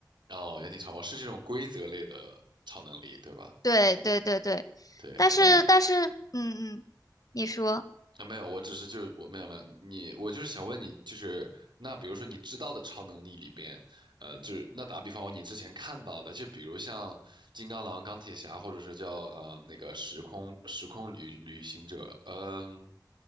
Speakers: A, on the right (about 85°); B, on the left (about 50°).
A: 哦，也挺超模是这种规则类的超能力，对吧？
B: 对对对对，
A: 对，
B: 但是但是，
A: 那你
B: 嗯嗯，你说，
A: 啊，没有，我只是就是我没有没有你，我就是想问你，就是那比如说你知道的超能力里边，呃，就是那打比方，你之前看到的，就比如像金刚狼、钢铁侠，或者是叫呃那个时空时空旅旅行者，嗯、